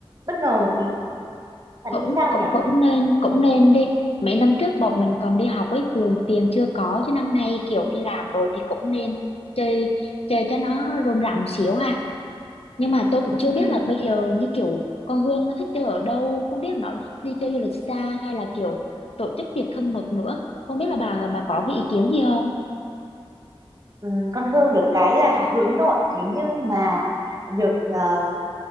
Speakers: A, on the right (about 40°); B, on the left (about 80°).
A: Bất ngờ một tí. Bạn
B: cũng
A: nghĩ sao
B: cũng
A: nhở?
B: cũng nên cũng nên đi. Mấy năm trước bọn mình còn đi học ấy, thường tiền chưa có chứ năm nay kiểu đi làm rồi thì cũng nên chơi chơi cho nó rôm rả một xíu ha. Nhưng mà tôi cũng chưa
A: Ừ,
B: biết là bây giờ như kiểu con Hương nó thích chơi ở đâu, không biết là nó đi chơi du lịch xa hay là kiểu tổ chức tiệc thân mật nữa. Không biết là bà bà có cái ý kiến gì không?
A: ừ, con Hương được cái là hướng nội. Thế nhưng mà được ờ,